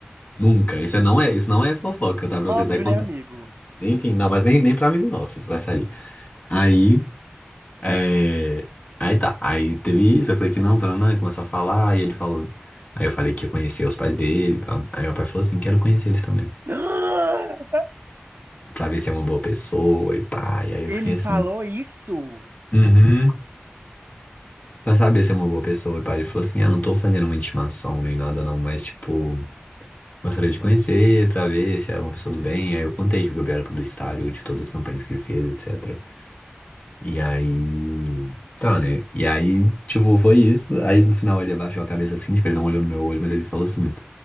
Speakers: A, on the left; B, on the right.
A: Nunca. Isso é- não é, isso não é fofoca, tá? Pra
B: Óbvio,
A: você sair contando.
B: né, amigo?
A: Enfim, não, mas nem, nem pra amigo nosso isso vai sair. Aí, é... aí tá. Aí teve isso, eu falei que não, tá, não, começou a falar, e ele falou. Aí eu falei que ia conhecer os pais dele, pá. Aí meu pai falou assim, quero conhecer eles também,
B: <gasps>
A: pra ver se é uma boa pessoa e pá. E aí
B: Ele
A: eu fiquei assim.
B: falou isso?
A: Uhum. Pra saber se é uma boa pessoa. E pai, ele falou assim: Ah, não tô fazendo uma intimação nem nada, não, mas, tipo, gostaria de conhecer pra ver se é uma pessoa do bem. Aí eu contei que o Gabriel era publicitário de todas as campanhas que ele fez, etc. E aí. Tá, né? E aí, tipo, foi isso. Aí no final ele abaixou a cabeça assim, tipo, ele não olhou no meu olho, mas ele falou assim: